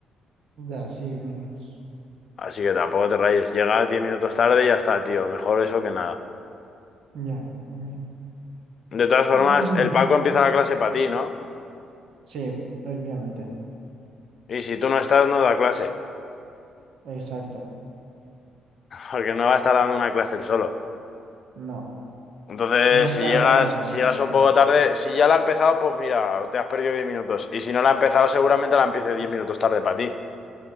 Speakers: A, on the right (about 65°); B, on the left (about 50°).
A: Ya, sí, menos.
B: Así que tampoco te rayes. Llegas 10 minutos tarde y ya está, tío. Mejor eso que nada.
A: Ya, también.
B: De todas
A: <laughs>
B: formas, el Paco
A: <clears throat>
B: empieza la clase para ti, ¿no?
A: Sí, prácticamente.
B: Y si tú no estás, no da clase,
A: Exacto.
B: porque no va a estar dando una clase él solo.
A: No,
B: Entonces,
A: no va a
B: si
A: estar
B: llegas,
A: hablando de la nada,
B: si llegas
A: así
B: un poco
A: que
B: tarde, si ya la ha empezado, pues mira, te has perdido 10 minutos. Y si no la ha empezado, seguramente la empiece 10 minutos tarde para ti.